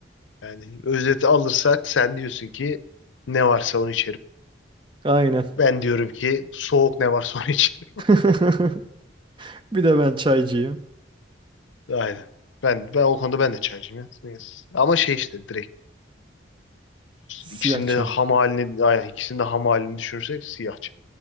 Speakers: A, on the left (about 80°); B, on the right (about 25°).
A: Yani özeti alırsak sen diyorsun ki ne varsa onu içerim.
B: Aynen.
A: Ben diyorum ki soğuk ne varsa onu <laughs> içerim.
B: <laughs> Bir de ben çaycıyım.
A: Aynen. Ben, ben o konuda ben de çaycıyım ya. Yes. Ama şey işte direkt
B: Siyah
A: ikisinin
B: çay.
A: de ham halini, aynen, ikisinin de ham halini düşünürsek siyah çay.